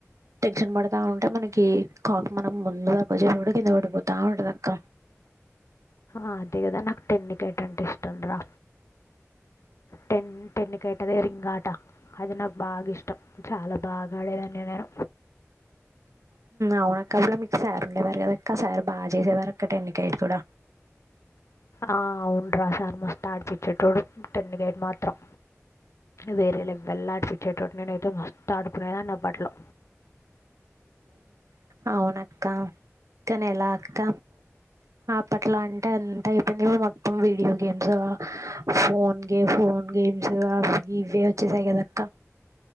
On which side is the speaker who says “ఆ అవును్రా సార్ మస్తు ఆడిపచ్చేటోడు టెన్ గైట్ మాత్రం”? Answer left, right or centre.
Left